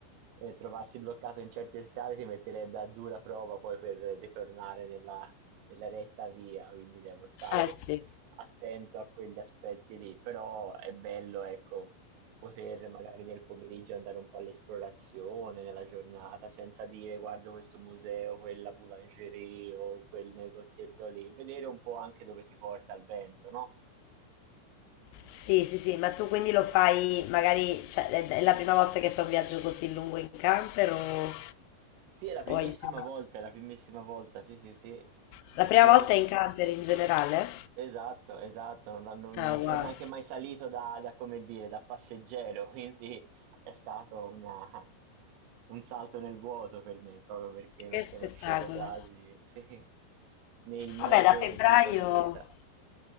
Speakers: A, on the right; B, on the left.
A: eh, trovarsi bloccato in certe strade ti metterebbe a dura prova poi per ritornare nella, nella retta via, quindi devo stare
B: Eh sì.
A: attento a quegli aspetti lì, però è bello, ecco, poter magari nel pomeriggio andare un po' all'esplorazione, nella giornata, senza dire guardo questo museo, quella boulangerie o quel negozietto lì, vedere un po' anche dove ti porta il vento, no?
B: Sì, sì, sì, ma tu quindi lo fai magari, cioè è è la prima volta che fai un viaggio così lungo in camper o,
A: Sì, è la primissima
B: o hai già...
A: volta, è la primissima volta, sì, sì, sì.
B: La prima
A: Io
B: volta
A: Eh, non...
B: è in camper in generale?
A: Esatto, esatto, non, non- non
B: Ah,
A: c'ero
B: wow,
A: neanche mai salito da, da, come dire, da passeggero, <laughs> quindi è stato una- un salto nel vuoto per me, proprio perché non
B: che spettacolo.
A: conoscevo quasi, sì, né il mezzo
B: Vabbè, da febbraio
A: né il tipo di vita.